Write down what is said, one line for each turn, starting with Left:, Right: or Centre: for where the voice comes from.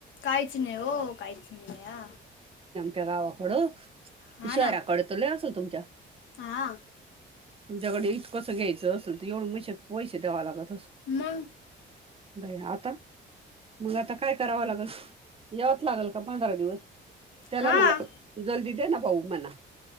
Left: काहीच नाई हो काहीच नाई बया.
Right: गावाकड
Left: हा
Right: शहराकड
Left: ना
Right: त लय असल तुमच्या.
Left: हा
Right: तुमच्याकडे इथंकसं घ्यायचं असेल, तर एवढ मैसे पैसे द्यावा लागत
Left: मंग.
Right: बया आता. मग आता काय करावं लागेल, यावच लागेल का पंधरा दिवस. त्याला
Left: हा
Right: मला जलदी दे ना भाऊ मणा.